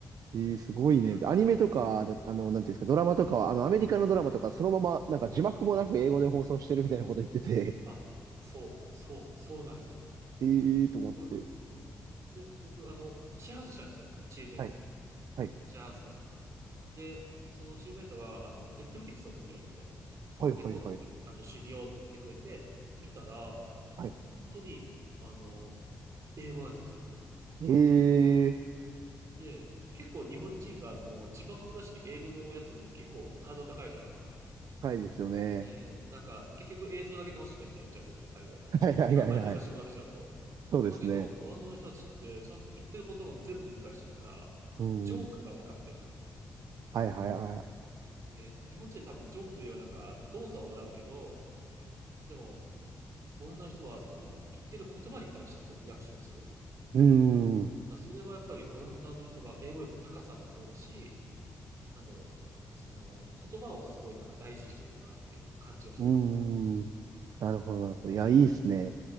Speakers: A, on the right; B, on the right.
A: ええー、すごいね。
B: やっぱり。
A: みたいな。アニメとかだ、あの、なんていうんですか、ドラマとかは、あの、アメリカのドラマとか、そのまま、なんか字幕もなく英語で放送してるみたいなこと言ってて、
B: あ、そう、そう、そうなんですよ。
A: <laughs> ええー、と思って。
B: こ、うん。で、僕、あの、シェアハウスしたんですよ。チームメイトと。
A: はい、はい、
B: シェアハウスで。で、そのチームメイトが、あの、ネットフリックスを見るよって。
A: はい、
B: で、
A: はい、
B: 後期も、
A: はい。
B: あの、一緒に見ようって言ってくれて、見たら、あの、
A: はい
B: 本当に、あの、英語なんですよ、全部。
A: ええー、
B: で、結構日本人がその字幕もなしに英語のやつを見ると結構ハードル高いじゃないですか。
A: 深いですよね。
B: ね、なんか結局映像だけ楽しんでみたいになっちゃうじゃないですか、最後。
A: はい、はい、
B: あんまり難しいことが来ちゃうと。
A: はい、はい。そうですね。
B: だけど、あの人たちってちゃんと言ってることも全部理解してるから、
A: うん。
B: ジョークが分かってる。
A: はいはいはい
B: ね、日本人は多分ジョークというよりはなんか動作を笑うけど、でも、オランダの人はその言ってる言葉に対してこうリアクションする。だか
A: うーん、う
B: らそれはやっぱりオランダの人が英語力の高さもそうだし、なんだろう、その、言葉をすごいなんか大事にしてるなっていう感じがしますね。
A: ーん。
B: うん、
A: なるほど、なるほど。いや、いいですね。